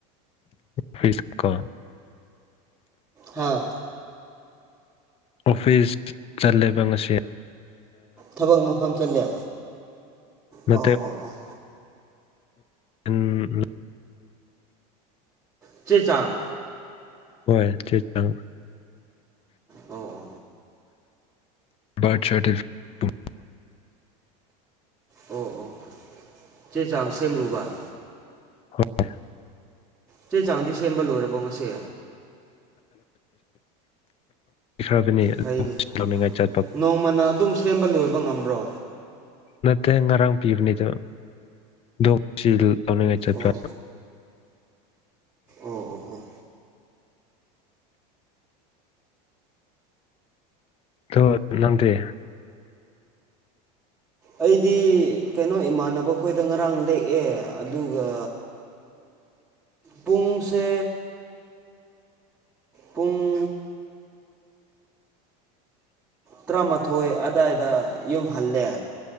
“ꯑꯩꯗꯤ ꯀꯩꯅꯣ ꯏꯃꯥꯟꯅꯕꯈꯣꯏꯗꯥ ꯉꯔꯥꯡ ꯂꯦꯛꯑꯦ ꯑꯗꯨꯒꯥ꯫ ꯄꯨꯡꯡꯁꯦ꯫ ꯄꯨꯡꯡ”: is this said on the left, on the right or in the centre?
Centre